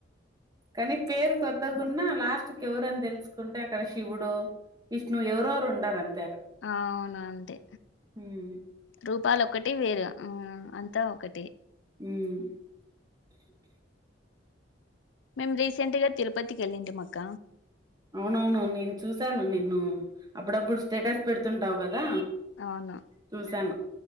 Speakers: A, on the right; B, on the left.
A: కానీ పేరు కొద్దగున్నా లాస్ట్ కేవరని తెలుసుకుంటే అక్కడ శివుడొ విష్ణు ఎవరొవోరు ఉండారంత్
B: ఆ అవును అంతే
A: ఉమ్,
B: రూపాలు ఒక్కటి వెరు ఆ అంతా ఒకటే
A: మ్మ్
B: మేమ్ రీసెంట్ గా తిరుపతికేళ్లింటిమక్క
A: అవునవును నేను చూసాను నిన్ను అప్పుడప్పుడు స్టేటస్ పెడుతుంటావు కదా
B: అవును
A: చూసాను